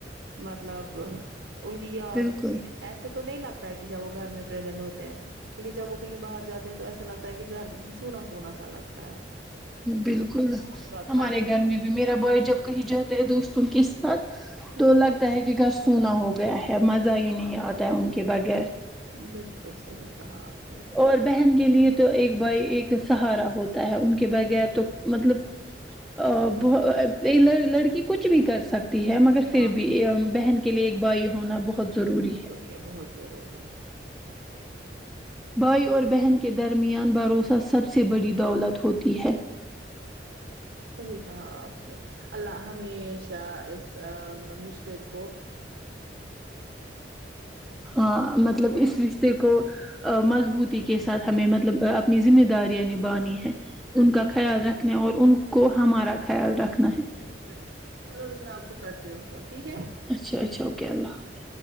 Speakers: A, on the right (about 80°); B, in the centre.
A: مطلب ان کی یاد
B: بالکل
A: آتی ہے ایسے تو نہیں لگتا ہے کہ جب وہ گھر میں پریزینٹ ہوتے ہیں لیکن جب وہ کہیں باہر جاتے ہیں تو ایسا لگتا ہے کہ گھر ھم سونا سونا سا لگتا ہے
B: بالکل
A: افراد
B: ہمارے
A: خالی
B: گھر میں بھی میرا بھائی جب کہیں جاتا ہے دوستوں کس تو
A: ہاں
B: لگتا ہے کہ گھر سونا ہو گیا ہے مزہ ہی نہیں آتا ہے ان کے بغیر
A: بالکل صحیح کہا آپ نے
B: اور بہن کے لیے تو ایک بھائی ایک سہارا ہوتا ہے ان کے بغیر تو مطلب ابھ لڑ لڑکی کچھ بھی کر سک تی ہے مگر پھر
A: ہاں
B: بھی بہن کے لیے ایک بھائی ہونا بہت ضروری ہے
A: یہ بہت ضروری ہے
B: بھائی اور بہن کے درمیان بھروسہ سب سے بڑی دولت ہوتی ہے
A: صحیح کہا آپ نے اللہ ہمیشہ اس م رشتے کو
B: ہاں مطلب اس رشتے کو مضبوط کے ساتھ ہمیں مطلب اپ نی ذمہ داریاں نبھانی ہیں
A: بالکل
B: ان کا خیال رکھ اپنے اور ان کو ہمارا خیال رکھنا ہے
A: بالکل چلو میں آپ کو کرتی ہوں فون ٹھیک ہے
B: اچھا اچھا اوکے اللہ حافظ